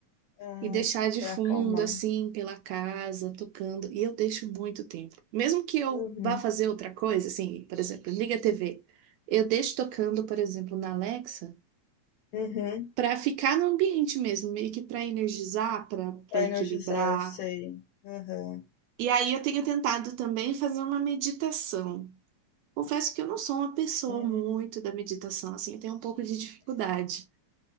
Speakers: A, on the left (about 65°); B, on the right (about 75°).
A: Ah,
B: e deixar de
A: pra
B: fundo,
A: acalmar.
B: assim, pela casa, tocando. E eu deixo muito tempo. Mesmo que eu
A: Uhum,
B: vá fazer outra coisa, assim, por exemplo, liga a TV. Eu deixo tocando, por exemplo, na Alexa
A: uhum.
B: para ficar no ambiente mesmo, meio que para energizar, para para
A: Pra
B: equilibrar.
A: energizar, eu sei. Aham.
B: E aí eu tenho tentado também fazer uma meditação. Confesso que eu não sou uma pessoa
A: Hum.
B: muito da meditação, assim, eu tenho um pouco de dificuldade,